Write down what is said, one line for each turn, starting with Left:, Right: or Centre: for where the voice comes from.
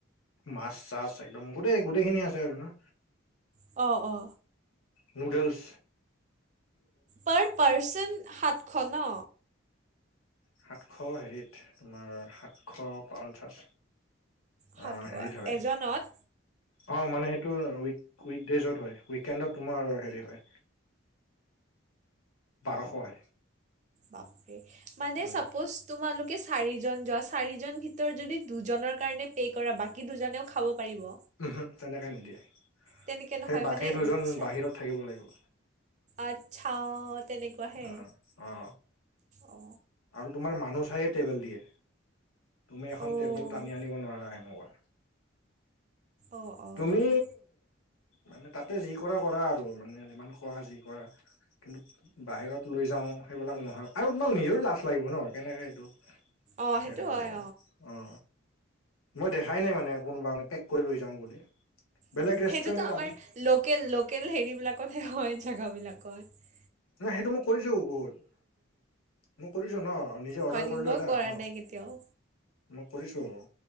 Left: মাছ -চাছ একদম গোটেই গোটেইখিনি আছে আৰু ন।
Right: অ অ
Left: নুডেলছ,
Right: পা পাৰ্চন সাতশ, ন।
Left: সাতশ, হেৰিত তোমাৰ সাতশ পঞ্চাছ,
Right: সাত
Left: অ হেৰিত হয়
Right: এজনত-
Left: অ মানে সেইটো উ উইকডজত হয় উইকেডত তোমাৰ হে হয়। বাৰশ হয়।
Right: বাপৰেই মানে
Left: উম
Right: চাপজ তোমালোকে চাৰিজন যোৱা। চাৰিজন ভিতৰত যদি দুজনৰ কাৰণে পে', কৰা বাকী দুজনেও খাব পাৰিব।
Left: উম হম তেনেকে নিদিয়ে
Right: তেনেকে নহয়
Left: সেই বাকী
Right: মানে
Left: দুজন
Right: চা-
Left: বাহিৰত থাকিব লাগিব।
Right: আচ্ছা তেনেকুৱাহে
Left: অ অ
Right: অ
Left: আৰু তোমাৰ মানুহ চাইয়ে টেবেল দিয়ে তুমি এখন
Right: অ',
Left: টেবুল, টানি আনিব নোৱাৰা এেনেকুৱা
Right: অ', অ',
Left: তুমি মানে তাতে যি কৰা কৰা আৰু মানে ইমান খোৱা যি কৰা। কিন্তু? বাহিৰত লৈ যাওঁ সেইবিলাক নহয় আৰু তোমাৰ নিজৰ লাজ লাগিব ন। কেনেকে এইটো
Right: অ', সেইটো
Left: সেই কৰিব
Right: হয়
Left: অ মই দেখাই নাই মানে কোনোবা মে পেক, কৰি লৈ যাওঁ বুলি। বেলেগ
Right: উ
Left: ৰেষ্টুৰেণ্টত
Right: সেইটোতো আমাৰ
Left: আন
Right: লোকেল -লোকেল হেৰিবলাকতহে হয় জেগাবলাকত।
Left: নাই সেইটো মই কৰিছো বহুত মই কৰিছো ন নিজে অৰ্ডাৰ,
Right: হয় নেকি
Left: কৰিলো
Right: মই
Left: এটা
Right: কৰা
Left: অঁ
Right: নাই কেতিয়াও।
Left: মই কৰিছো